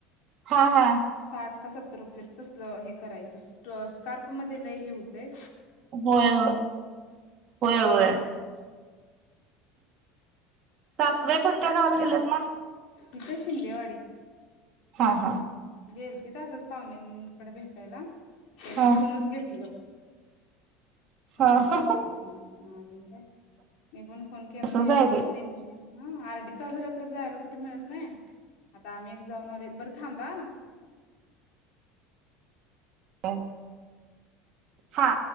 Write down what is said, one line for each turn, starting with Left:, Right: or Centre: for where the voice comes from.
Right: हा हा
Left: साठ का सत्तर रुपये तसलं हे. करायच <inaudible> स्कार्प मध्ये लय हे हुतय?
Right: होय होय, होय होय. सासुबाई कोणत्या गावाला गेल्यात मग?
Left: इथ शिंदेवाडी
Right: हा हा
Left: गेलती तिथ असंच, पाहुण्यांकडे भेटायला. ते
Right: हा
Left: मी ठेवूनच घेतल.
Right: हा
Left: राव्हा एक दिवस म्हणून म अजून काय, मी पण फोन केला
Right: असंच
Left: नाही
Right: आहे
Left: परत
Right: ते
Left: त्यांची ह आरडी चालू झाल्यावर परत जायला कुठे मिळत, नाही आता आम्ही जाऊन आले बर थांबा.
Right: आ हां